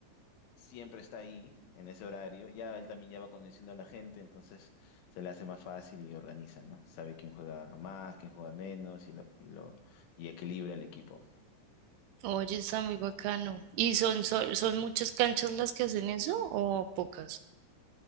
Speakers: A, on the left (about 75°); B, on the right (about 80°).
A: siempre está ahí en ese horario, ya él también ya va conociendo a la gente, entonces se le hace más fácil y organiza, ¿no? Sabe quién juega más, quién juega menos y, la- y lo, y equilibra el equipo.
B: Oye, está muy bacano. ¿Y son, son, son muchas canchas las que hacen eso o pocas?